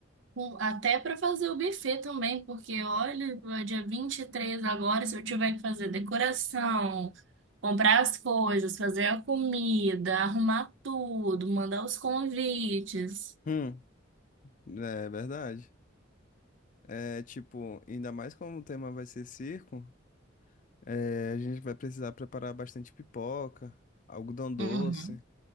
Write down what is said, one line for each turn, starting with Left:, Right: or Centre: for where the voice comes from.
Right: com- até para fazer o buffet também, porque olha, é dia 23 agora, se eu tiver que fazer decoração, comprar as coisas, fazer a comida, arrumar tudo, mandar os convites.
Left: Hum, é verdade. É tipo, ainda mais como o tema vai ser circo, é, a gente vai precisar preparar bastante pipoca, algodão doce.
Right: Uhum.